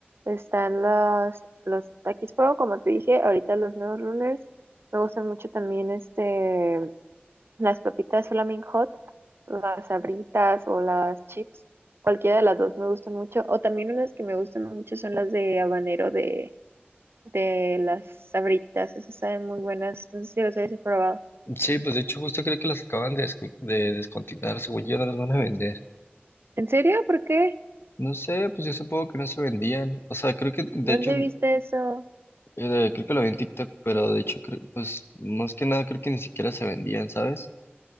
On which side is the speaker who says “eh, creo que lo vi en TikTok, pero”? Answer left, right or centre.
Left